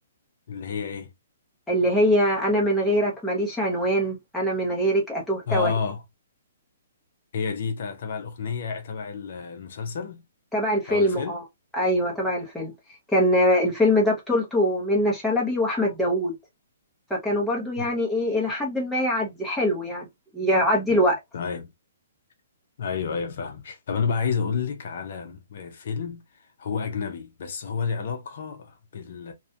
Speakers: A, on the left (about 50°); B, in the centre.
A: اللي هي إيه؟
B: اللي هي انا من غيرك ماليش عنوان انا من غيرك اتوه
A: آه
B: توه
A: هي دي ت- تبع الأغنية تبع ال- المسلسل
B: تبع الفيلم
A: أو الفيلم؟
B: اه ايوه تبع الفيلم كان آه، الفيلم ده بطولته منة شلبي واحمد داوود فكانوا برضو يعني
A: مم.
B: ايه الى حد ما يعدي حلو يعني يعدي
A: مم.
B: الوقت
A: طيب أيوه أيوه فاهم طب أنا بقى عايز أقول لك على فيلم هو أجنبي بس هو له علاقة بال